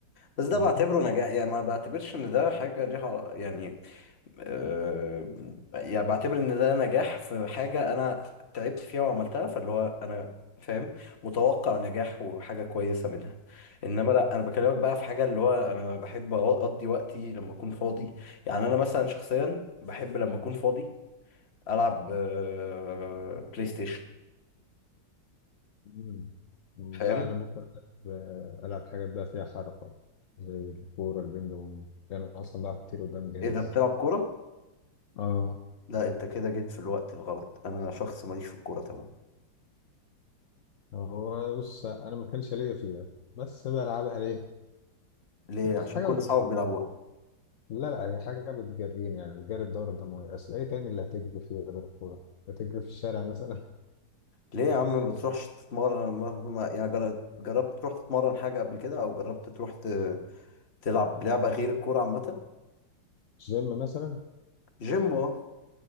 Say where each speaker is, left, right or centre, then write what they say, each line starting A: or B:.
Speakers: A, on the left (about 40°); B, on the left (about 55°).
A: بس ده
B: مم.
A: بعتبره نجاح يعني ما بعتبرش ان ده حاجه ليها يعني آه، يعني بعتبر ان ده نجاح في حاجة انا تعبت فيها وعملتها فاللي هو انا فاهم متوقع نجاح وحاجة كويسة منها انما لا انا بكلمك بقى في حاجة اللي هو انا بحب اقضي وقتي لما اكون فاضي يعني انا مثلا شخصيا بحب لما اكون فاضي العب آه، بلاي ستيشن
B: مم.
A: فاهم
B: لا أنا ممكن ألعب ألعب حاجات بقى فيها حركة زي الكورة البينج بونج لأن أنا أصلا بلعب كتير قدام جهاز
A: ايه ده بتلعب كورة
B: اه
A: لا انت كده جيت في الوقت الغلط انا شخص ماليش في الكورة تمام
B: هو بص أنا ما كانش ليا فيها بس بلعبها ليه؟
A: ليه
B: كنت
A: عشان
B: حاجة
A: كل اصحابك
B: بت...
A: بيلعبوها
B: لا لا هي حاجة بتجريني يعني بتجري الدورة الدموية أصل إيه تاني اللي هتجري فيها غير الكورة؟ هتجري في الشارع مثلا <laughs>
A: ليه يا عم ما بتروحش تتمرن ما ما- يعني جر- جربت تروح تتمرن حاجة قبل كده أو جربت تروح ت- تلعب لعبة غير الكورة عامة
B: الجيم مثلا
A: جيم أهو